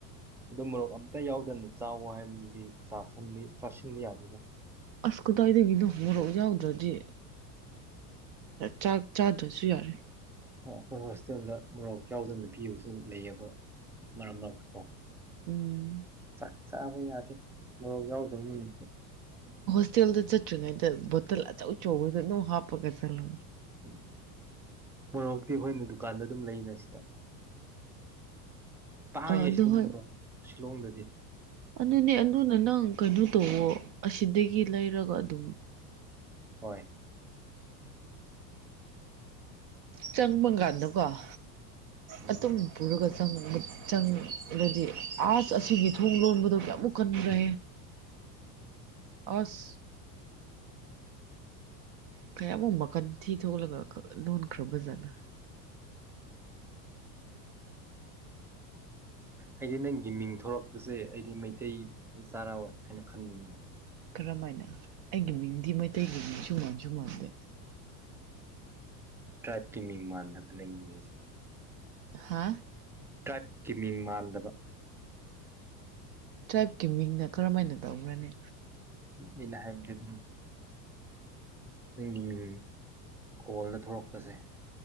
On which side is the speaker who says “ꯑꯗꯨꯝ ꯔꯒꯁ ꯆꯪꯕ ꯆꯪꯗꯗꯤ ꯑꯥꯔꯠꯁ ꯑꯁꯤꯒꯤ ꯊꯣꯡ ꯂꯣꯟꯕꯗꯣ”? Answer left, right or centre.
Right